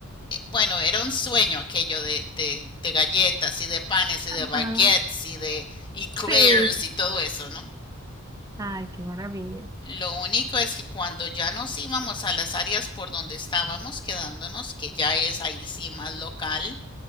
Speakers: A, on the left; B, on the right.
A: eh, bueno, era un sueño aquello de, de, de galletas y de panes y
B: ajá.
A: de baguettes y de eclairs
B: Sí.
A: y todo eso, ¿no?
B: Ay, qué maravilla.
A: Lo único es que cuando ya nos íbamos a las áreas por donde estábamos quedándonos, que ya es ahí sí más local,